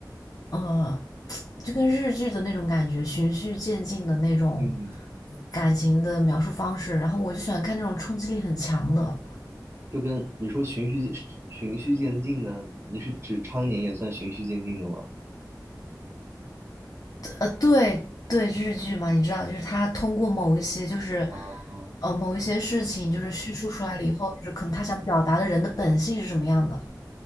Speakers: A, on the left; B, on the right.
A: 呃，就跟日剧的那种感觉，循序渐进的那种
B: 嗯。
A: 感情的描述方式。然后我就喜欢看那种冲击力很强的，
B: 就跟你说循序循序渐进的，你是指常年也算循序渐进的吗？
A: 呃，对对，日剧嘛，你知道，就是它通过某一些就是
B: 啊，
A: 呃某一些事情就是叙述出来了以后，就是可能他想表达的人的本性是什么样的，